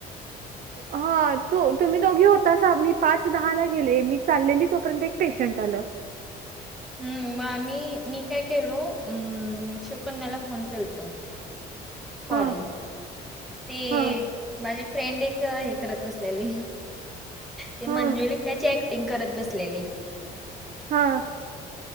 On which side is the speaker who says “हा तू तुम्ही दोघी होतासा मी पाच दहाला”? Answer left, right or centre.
Right